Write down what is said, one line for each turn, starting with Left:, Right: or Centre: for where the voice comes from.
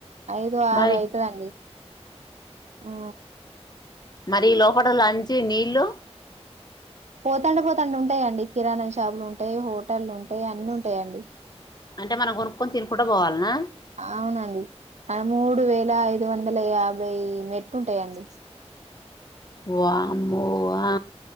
Right: ఐదు ఆరు
Left: మరి
Right: అయితుదండి ఆ
Left: మరి లోపట నీళ్లు లంచ్
Right: పోతాండ పోతాంటే ఉంటాయిండి కిరాణా షాపులు ఉంటాయి హోటళ్ల్లు ఉంటాయి అన్నిీ ఉంటాయిడి
Left: అంటే మనం కొనుక్కకుొని తికుండా పోవాలినా
Right: అవునండి మూడు వేల ఐదు వందల యాభై మెట్లుంటాయంండి
Left: వామ్మో ఆ